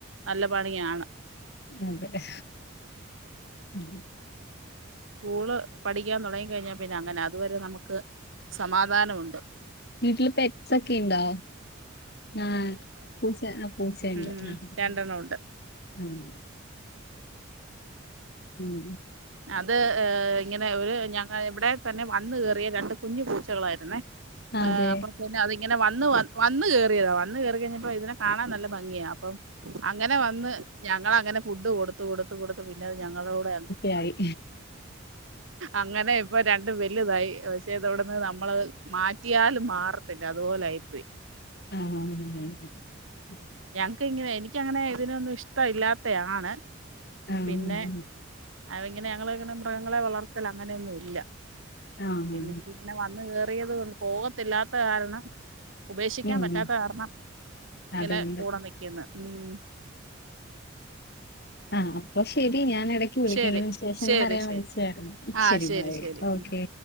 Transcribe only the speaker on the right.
നല്ല പണിയാണ്
സ്കൂള് പഠിക്കാൻ തൊടങ്ങി കഴിഞ്ഞാ പിന്നെ അങ്ങനെ അതുവരെ നമുക്ക് സമാധാനമുണ്ട്
ഉം
രണ്ടെണ്ണം ഉണ്ട്
അത് അ് ഇങ്ങനെ ഒരു ഞങ്ങൾ ഇവടെക്ക് തന്നെ വന്ന് കേറിയ രണ്ട് കുഞ്ഞു പൂച്ചകളായിരുന്നേ
ഏ അപ്പെ പിന്നെ അ ഇങ്ങനെ വന്ന് വന്ന് കേറിയതാ വന്ന് കേറി കഴിഞ്ഞപ്പോ ഇതിനെ കാണാൻ നല്ല ഭംഗിയാ അപ്പം അങ്ങനെ വന്ന് ഞങ്ങൾ അങ്ങനെ ഫുഡ് കൊട്ത്ത് കൊട്ത്ത് കൊട് പിന്നത് ഞങ്ങളുടെ കൂടെ
<unintelligible> അങ്ങനെ ഇപ്പൊ രണ്ടും വെല്ല്യതായി പക്ഷേ ഇതവട്ന്ന് നമ്മള് മാ കത്തിയാലും മാറത്തില്ല അതുപോലായിപോയി
ഞക്ക് ഇങ്ങനെ എനിക്കങ്ങനെ അതിനൊന്നും ഇഷ്ടവില്ലാത്തെ ആണ്
പിന്നെ അവ ഇങ്ങനെ ഞങ്ങളിങ്ങനെ മൃഗങ്ങളെ വളർത്തലാ അങ്ങനെയൊന്നും ഇല്ല
പിന്നെ ഇത് ഇങ്ങനെ വന്ന് കേയറിയത് കൊ പോവ ത്തില്ലാത്ത കാരണം ഉപേക്ഷിക്കാൻ
പറ്റാത്ത കാരണം ഇങ്ങനെ
കൂടെ നിക്ക്ന്ന് ഉം ഉം
ശരി
ശരി
ശരി
ആഹ്
ശരി